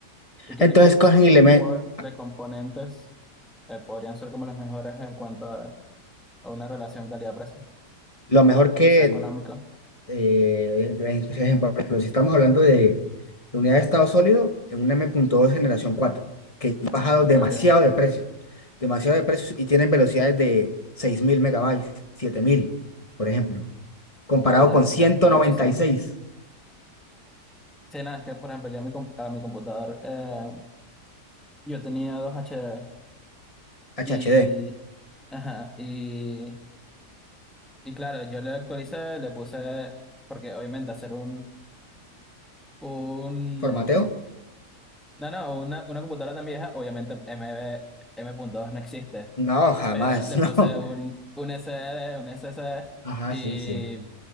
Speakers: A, in the centre; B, on the left.
A: ¿Y qué
B: Entonces
A: tipo,
B: cogen y le
A: qué tipo
B: meten
A: de, de componentes eh, podrían ser como los mejores en cuanto a, a una relación calidad-precio?
B: lo mejor
A: Y
B: que,
A: que sea económico.
B: eh, eh, por ejemplo, si estamos hablando de, de unidad de estado sólido, en un m punto dos generación 4 que ya ha bajado demasiado
A: Ok,
B: de precio, demasiado de precios y tienen velocidades de 6.000 megabytes, siete mil por ejemplo, comparado
A: claro, ya,
B: con 196
A: ya, ya es muchísimo. Sí, nada, es que por ejemplo, ya mi, com- a mi computador, eh, yo tenía dos HD
B: HHD.
A: y, ajá, y, y claro, yo le actualicé, le puse, porque obviamente hacer un, un,
B: ¿Formateo?
A: no, no, una, una computadora tan vieja, obviamente m M.2 no existe,
B: No, jamás,
A: pero le
B: <laughs> no.
A: puse un, un s S d un s SSD
B: Ajá,
A: y,
B: sí, sí.